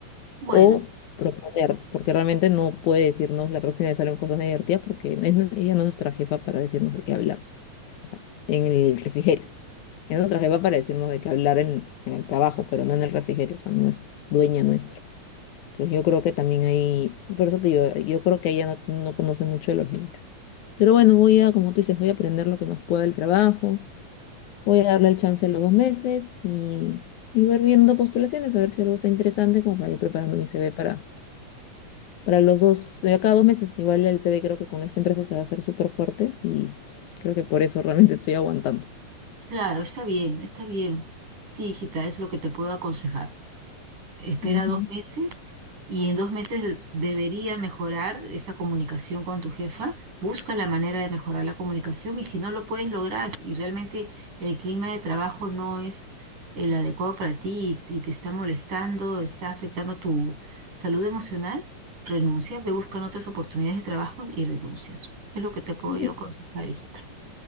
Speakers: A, on the right (about 70°); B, on the left (about 70°).
A: Bueno,
B: O proponer, porque realmente no puede decirnos la próxima vez haremos cosas más divertidas porque es nu- ella no es nuestra jefa para decirnos de qué hablar, o sea, en el refrigerio. Es nuestra jefa para decirnos de qué hablar en, en el trabajo, pero no en el refrigerio, o sea, no es dueña nuestra. Entonces yo creo que también ahí, por eso te digo, yo creo que ella no, no conoce mucho de los límites. Pero bueno, voy a, como tú dices, voy a aprender lo que más pueda del trabajo, voy a darle el chance a los dos meses y, y ver viendo postulaciones, a ver si algo está interesante, como para ir preparando mi CV para, para los dos, eh, cada dos meses. Igual el CV creo que con esta empresa se va a hacer súper fuerte y creo que por eso realmente <laughs> estoy aguantando.
A: claro, está bien, está bien. Sí, hijita, es lo que te puedo aconsejar. espera
B: Ujú.
A: dos meses y en dos meses debería mejorar esta comunicación con tu jefa. Busca la manera de mejorar la comunicación y si no lo puedes lograr y realmente el clima de trabajo no es el adecuado para ti y, y te está molestando, está afectando tu salud emocional, renuncia, ve buscando otras oportunidades de trabajo y renuncias. Es lo que te puedo
B: Ujú.
A: yo aconsejar, hijita.